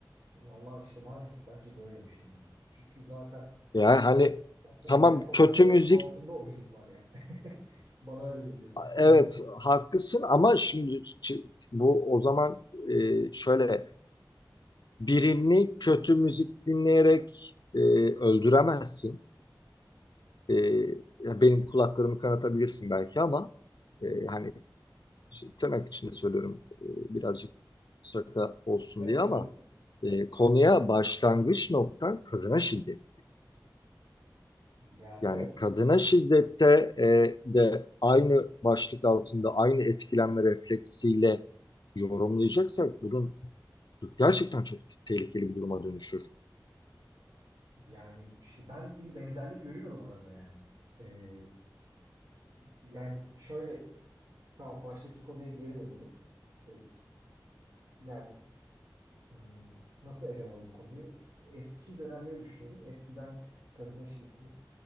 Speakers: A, on the right; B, on the left.
A: Vallahi işte maalesef bence böyle bir şey ya. Çünkü zaten
B: Yani hani
A: O fo-
B: tamam
A: yemek fotoğrafının
B: kötü müzik
A: altında o müzik var yani. <laughs> Bana öyle geliyor yani
B: evet
A: en azından.
B: haklısın ama şimdi bu o zaman e, şöyle birini kötü müzik dinleyerek e, öldüremezsin. E, ya benim kulaklarımı kanatabilirsin belki ama e, hani tırnak içinde söylüyorum e, birazcık şaka olsun
A: Evet
B: diye ama
A: evet.
B: e, konuya başlangıç noktan kadına şiddet.
A: Yani
B: Yani
A: evet.
B: kadına şiddette e, de aynı başlık altında aynı etkilenme refleksiyle yorumlayacaksak bunun gerçekten çok tehlikeli bir duruma dönüşür.
A: Yani işte ben bir benzerlik görüyorum arada yani. Ee, yani şöyle tamam baştaki konuya geri dönelim. Ee, yani hmm, nasıl ele alalım konuyu? Eski dönemleri düşünelim. Eskiden kadına şiddetin